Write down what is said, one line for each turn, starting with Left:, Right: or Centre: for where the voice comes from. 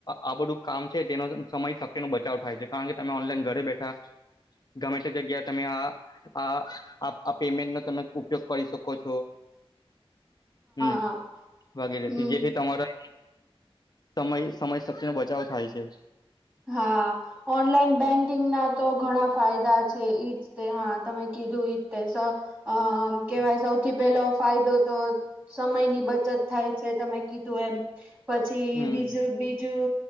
Left: આ બધું કામ છે તેનો સમય શક્તિ નો બચાવ થાય છે કારણ કે તમે ઓનલાઈન ઘરે બેઠા ગમે તે જગ્યાએ તમે આ પેમેન્ટ નો તમે ઉપયોગ કરી શકો છો હમ
Right: હા
Left: વગેરેથી
Right: હમ
Left: જેથી તમારા સમય સમય શક્તિ નો બચાવ થાય છે
Right: હા ઓનલાઈન બેંકિંગ ના તો ઘણા ફાયદા છે ઈજ તે હા તમે કીધું એજ તે આમ કેવાય સૌથી પેલો ફાયદો તો સમયની બચત કરવી થાય છે તમે કીધું એમ પછી
Left: હમ
Right: બીજું બીજું